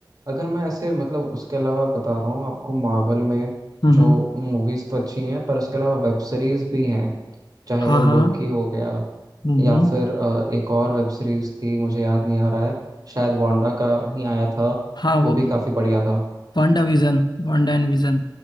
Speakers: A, on the right; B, on the left.
A: अगर मैं ऐसे मतलब उसके अलावा बता रहा हूँ आपको मार्वल में
B: हम्म
A: जो
B: हम्म
A: मूवीज तो अच्छी हैं पर उसके अलावा वेब सीरीज भी हैं चाहे
B: हाँ
A: वो लोकी
B: हाँ
A: हो गया
B: हम्म
A: या फिर अ, एक और वेब सीरीज थी मुझे याद नहीं आ रहा है शायद वांडा का ही आया था
B: हाँ वो
A: वो भी काफी बढ़िया था
B: Wanda Vision Wanda and Vision